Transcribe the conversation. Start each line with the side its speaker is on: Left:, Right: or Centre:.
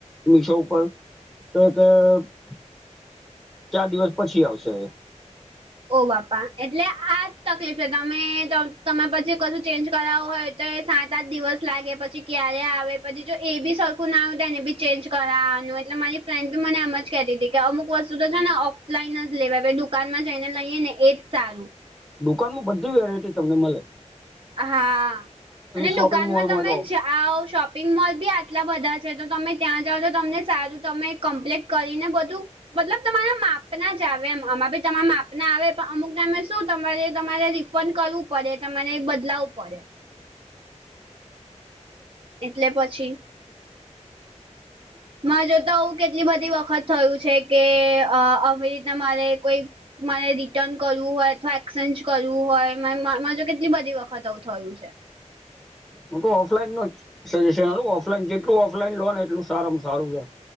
Centre: મિશો ઉપર <inaudible> ચાર દિવસ પછી આવશે.
Right: ઓ બાપ્પા એટલે આજ તકલીફ છે. તમે પછી કશું ચેન્જ કરાવું હોય. સાત આઠ દિવસ લાગે પછી ક્યારે આવે પછી જો એ બી સરખું ના હો તો એને ભી ચેન્જ કરાવાનું એટલે મારી ફ્રેન્ડ બી મને એમ જ કેહતી હતી કે અમુક વસ્તુ તો છે ને ઓફલાઈન જ લેવાઈ દુકાનમાં જઈને લઈએેને એજ સારું.
Centre: દુકાનમાં બધી વેરાયટી તમને મલે.
Right: હા અને
Centre: શોપિંગ
Right: દુકાનમાં
Centre: મોલમાં
Right: તમે
Centre: જાઓ
Right: જા જાવ શોપિંગ મોલબી આટલા બધા છે તો તમે ત્યાં જાઓ તો તમને સારું તમે કમ્પ્લીટ કરીને બધું મતલબ તમારા માપના જ આવે એમ આમાંબી તમારા માપના આવે પણ અમુક ટાઈમે શું તમારે તમારે રી ફંડ કરવું પડે તમારે બદલાવવું પડે. એટલે પછી માર જોડતો આવું કેટલી બધી વખત થયું છે કે અ આવી રીતના મારે કોઈ મારે રિટર્ન કરવું હોય અથવા એક્સચેન્જ કરવું હોય માં માર જોડ કેટલી બધી વખત થયું છે.
Centre: હું તો ઓફલાઈનું જ સજેશનઆલુ ઓફલાઈન જેટલું ઓફલાઈનલો ને એટલું સારામ સારું રે.